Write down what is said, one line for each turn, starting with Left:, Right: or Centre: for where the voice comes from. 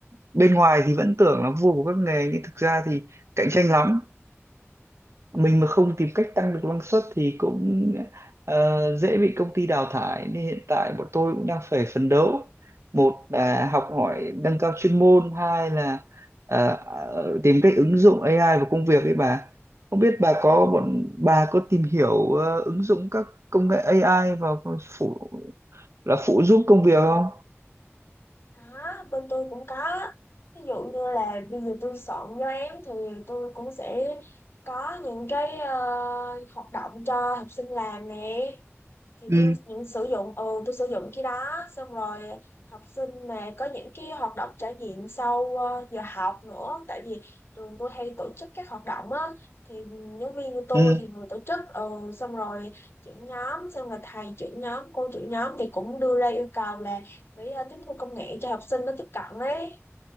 Right: bên ngoài thì vẫn tưởng là vua của các nghề nhưng thực ra thì cạnh tranh lắm mình mà không tìm cách tăng được năng suất thì cũng ờ, dễ bị công ty đào thải nên hiện tại bọn tôi cũng đang phải phấn đấu một là học hỏi nâng cao chuyên môn hai là ờ, ờ, tìm cách ứng dụng AI vào công việc ấy bà không biết bà có
Left: Ừ,
Right: bọn bà có tìm hiểu ờ, ứng dụng các công nghệ AI vào phụ là phụ giúp công việc không
Left: Có, bên tôi cũng có. Ví dụ như là bây giờ tôi soạn cho em thì tôi cũng sẽ có những cái ờ, hoạt động cho học sinh làm nè. thì
Right: Ừ.
Left: tôi những sử dụng ừ, tôi sử dụng cái đó xong rồi học sinh mà có những cái hoạt động trải nghiệm sau ờ, giờ học nữa tại vì trường tôi hay tổ chức các hoạt động á thì giáo viên của tôi
Right: ừ
Left: thì người tổ chức ừ, xong rồi trưởng nhóm xong rồi thầy trưởng nhóm cô trưởng nhóm thì cũng đưa ra yêu cầu là phải ờ, tiếp thu công nghệ cho học sinh nó tiếp cận ấy